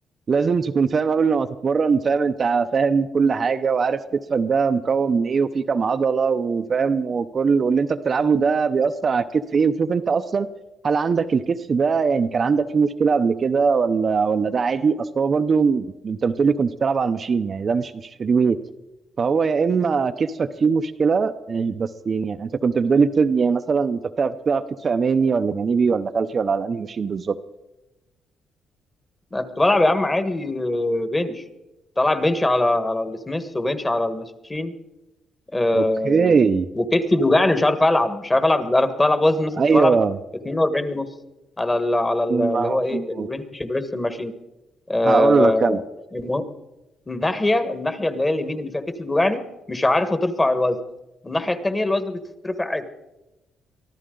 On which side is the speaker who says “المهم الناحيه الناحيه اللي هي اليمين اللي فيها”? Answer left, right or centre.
Left